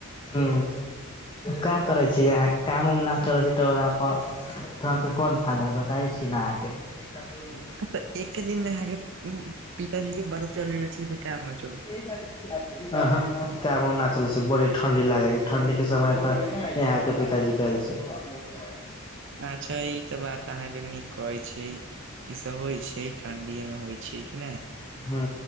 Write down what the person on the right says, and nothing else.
तऽ एके दिनमे अहाँकेँ पिताजी के पता चल गेल छै क।
अच्छा, ई त बात अहाँकेँ निक कहै छीयै ई सभ होइ छै, ठंडीए मे होइ छै। छै कि नहि।